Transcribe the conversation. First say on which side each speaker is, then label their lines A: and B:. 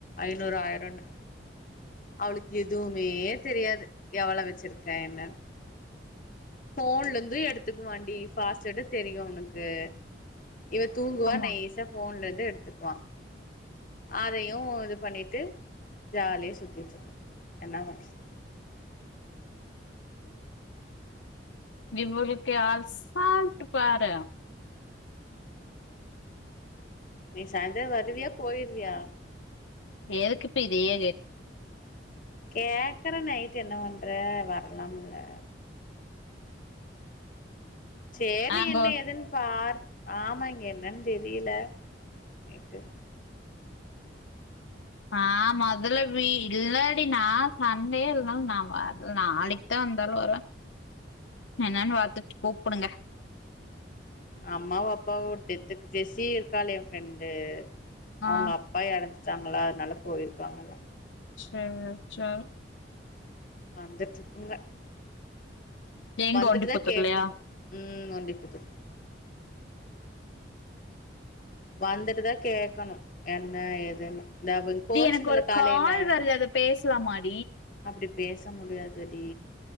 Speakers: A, on the left; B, on the left.
A: ஐநூறு ஆயிரன்னு அவளுக் எதுவுமே தெரியாது எவ்வள வச்சிருக்கேன்னு ஃபோன்ல ந்து எடுத்துக்குவாண்டி பாஸ்வேடு தெரியும் அவனுக்கு இவ தூங்குவா
B: ஆமா
A: நைசா ஃபோன்லாந் எடுத்துக்குவா அதயு இது பண்ணிட்டு ஜாலிய சுத்திட்டு இருக்கா என்ன பண்றது
B: இவுள்க்கே ஆள்ஸ் பால்ட்டு பாரு
A: நீ சாயந்தர வருவியா போய்ருவியா
B: எதுக்குப்ப இதயே ரெட்
A: கேக்கற நைட்டு என்ன பண்ற வரலாம்ல சேரி
B: நாங்கோ
A: என்ன எதுன் பார் ஆமா இங்க என்னன் தெரியல நைட்டு
B: ஆ முதலவி இல்லாடி நா சண்டே இல்னாலு நா வர்ல நாளைக்க வந்தாலு வருவ என்னன் பாத்துட்டு கூப்புடுங்க
A: அம்மாவு அப்பாவு டெத்துக்கு பேசி இருக்கலே என் ஃப்ரெண்டு அவுங்க
B: ஆ
A: அப்பா எறந் சாங்களா அதனால போய்ருக்காங்கல்ல
B: சேரி ச்சல்
A: வந்துட்ருக்குங்க
B: எங்க
A: வந்துட்டு
B: ஒண்டிப்புத்தூர்லயா
A: தா கேக்கணும் ம் ஒண்டிப்புத்தூர் வந்துட்டு தா கேக்கணும் என்ன ஏதுன்னு இந்த அவங் போச்சுங்கல்ல
B: டி எனக்கொரு
A: காலைல
B: கால் வர்து அத பேஸ் க்லாமா அட்
A: அப்டி பேச முடியாதடி